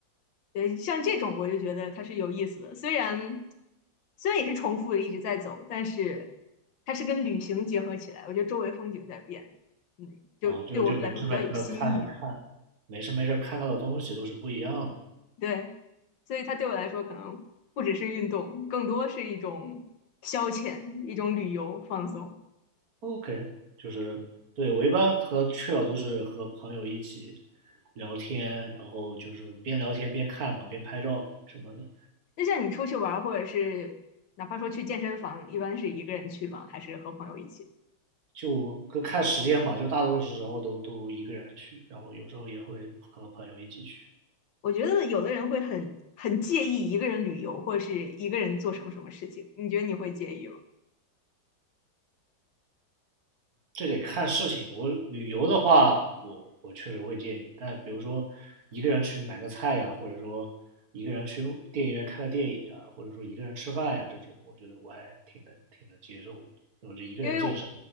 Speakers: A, on the left; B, on the right.
A: 对，像这种我就觉得它是有意思的，虽然虽然也是重复的一直在走，但是它是跟旅行结合起来，我觉得周围风景在变，嗯，就对我来说比较有新意。
B: 啊，这个就没事没事看看，没事没事看到的东西都是不一样的。
A: 对，所以它对我来说可能不只是运动，更多是一种消遣，一种旅游放松。
B: OK，就是对我一般和去了都是和朋友一起聊天，然后就是边聊天边看嘛，边拍照什么的。
A: 那像你出去玩儿，或者是哪怕说去健身房，一般是一个人去吗？还是和朋友一起？
B: 就就看时间吧，就大多数时候都都一个人去，然后有时候也会和朋友一起去，
A: 我觉得有的人会很很介意一个人旅游，或者是一个人做什么什么事情。你觉得你会介意吗？
B: 这得看事情。我旅游的话，我我确实会建议，但比如说一个人去买个菜呀，或者说一个人去电影院看个电影啊，或者说一个人吃饭呀，这种我觉得我还挺能挺能接受的我就一个人健身，
A: 因为